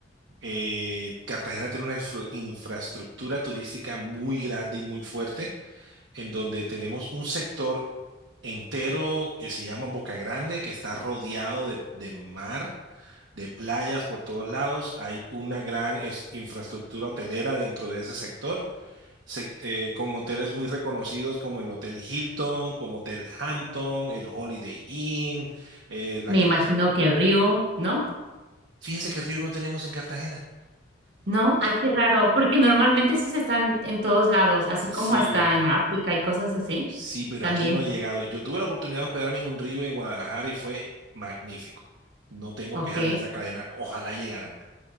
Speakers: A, on the right; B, on the right.
A: Eh, Cartagena tiene una infra- infraestructura turística muy grande y muy fuerte, en donde tenemos un sector entero que se llama Boca Grande, que está rodeado de de mar de playas por todos lados. Hay una gran es- infraestructura hotelera dentro de ese sector, sec- eh, con hoteles muy reconocidos como el Hotel Hilton, como Hotel Hampton, el Holiday Inn, eh, la
B: Me
A: Cala-
B: imagino que el río, ¿no?
A: Fíjese qué río no tenemos en Cartagena.
B: ¿No? Ay, qué raro, porque normalmente esos están en todos lados, así
A: Sí,
B: como hasta en África y cosas así.
A: sí, pero
B: También.
A: aquí no ha llegado. Yo tuve la oportunidad de hospedarme en un río en Guadalajara y fue magnífico. No tengo
B: Ok,
A: quejas de esa cadena. Ojalá llegaran.